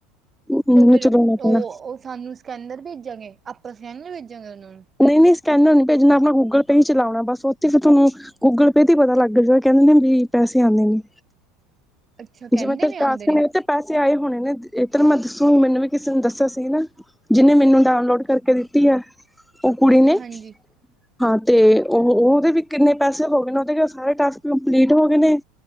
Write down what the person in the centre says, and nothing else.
ਮੈਨੂੰ
ਚਲਾਉਣਾ ਪੈਣਾ
ਨਹੀਂ ਨਹੀ ਸਕੈਨਰ ਨ ਨਹੀ ਭੇਜਣਾ ਆਪਣਾ ਗੂਗਲ ਪੇ ਹੀ ਚਲਾਉਣਾ ਬਸ ਉਥੇ ਫਿਰ ਤੁਹਾਨੂੰ ਗੂਗਲ ਪੇ ਤੇ ਪਤਾ ਲਗ ਜਾ ਕਹਿਦੇ ਨੇ ਵੀ ਪੈਸੇ ਆਨੇ ਨੇ
ਜੇਵੇਂ ਤ
ਟਾਸ
<unintelligible> ਪੈਸੇ ਆਏ ਹੋਣੇ ਨੇ, ਤੈਨੂੰ ਮੈਂ ਦਸੂਗੀ ਮੈਨੂੰ ਵੀ ਕਿਸੇ ਨੂੰ ਦਸਿਆ ਸੀ ਨਾ ਜਿਨੇ ਮੈਨੂੰ ਡਾਊਨਲੋਡ ਕਰਕੇ ਦਿਤੀ ਐ ਉਹ ਕੁੜੀ ਨੇ
ਹਾਂ, ਤੇ ਉਹ ਉਹਦੇ ਵੀ ਕਿਨੇ ਪੈਸੇ ਹੋ ਗਏ ਨੇ ਉਹਦੇ ਸਾਰੇ ਟਾਸਕ ਕੰਪਲੀਟ ਹੋ ਗਏ ਨੇ।